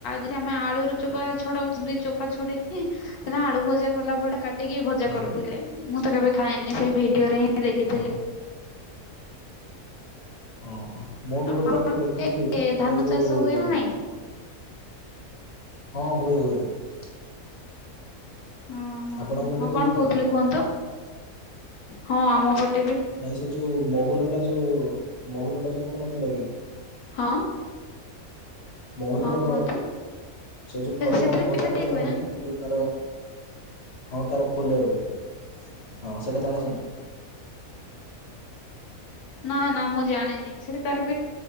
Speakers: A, on the left; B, on the left.
A: ଯି ଆମେ <unintelligible> ଆଳୁର ଚୋପା ଛଡାଉ ଦ ଚୋପା ଛଡେଇକି ସେ ଆଳୁ ଭଜା କଲା ଭଳିଆ କାଟିକି ଭଜା
B: ଆଜ୍ଞା
A: କରୁଥିଲେ। ମୁଁ ତ କେବେ ଖାଇନି ସେଇ ଭିଡିଓରେ ହିଁ ଦେଖିଥିଲି।
B: ହଁ ହଁ ଓ ହୋ। ମୁଁ ବି
A: ଆପଣଙ୍କ
B: ଗୋଟେ ଜାଗାରେ ଦେଖିଥିଲି
A: ଏ ଧାନ
B: ସେଇ ଯୋଉ
A: ଚାଷ ହୁଏ ନା ନାଇଁ?
B: ହଁ ହୁଏ ହୁଏ ହ <inaudible>
A: ହ <inaudible> ଓ ହୋ
B: ଆପଣଙ୍କ
A: ହୋ
B: ଗୋଟେ
A: ହଁ
B: ହୁଏ
A: କଣ
B: କି ନାଇଁ?
A: କହୁଥିଲେ କୁହନ୍ତୁ? ହଁ ଆମପଟେ
B: ନାଇଁ ସେ ଯୋଉ, ମହୁଲ ଟା ଯୋଉ ମହୁଲ ଟା ଯୋଉ କୋଉନଥିଲକି।
A: ହଁ।
B: ମହୁଲର
A: ହଁ କୁହନ୍ତୁ
B: ସେ ଯୋଉ ଫଳ
A: ସେଥିରେ
B: କଣ ଭଜା
A: ପିଠା ତିଆରି
B: ତ ଜାଣିନି
A: ହୁଏ ନା?
B: କିନ୍ତୁ, ତାର ହଁ ତାର ଫୁଲ ରୁ ହଁ ସେଇଟା ଜାଣିଛନ୍ତି।
A: ନା ନା ମୁଁ ଜାଣିନି ସେ ତାର